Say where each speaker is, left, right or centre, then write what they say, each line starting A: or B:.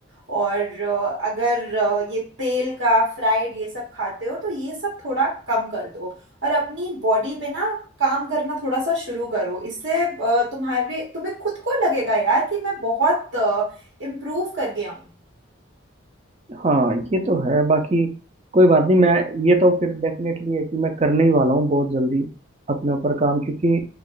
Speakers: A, on the right; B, on the right.
A: और अ, अगर अ, ये तेल का फ्राइड ये सब खाते हो तो ये सब थोड़ा कम कर दो और अपनी बॉडी पे ना काम करना थोड़ा सा शुरू करो इससे अ, तुम्हारे तुम्हें खुद को लगेगा यार कि मैं बहुत इम्प्रूव कर गया हूँ
B: हाँ ये तो है बाकी कोई बात नहीं मैं ये तो फिर डेफिनेटली है कि मैं करने ही वाला हूँ बहुत जल्दी अपने ऊपर काम क्योंकि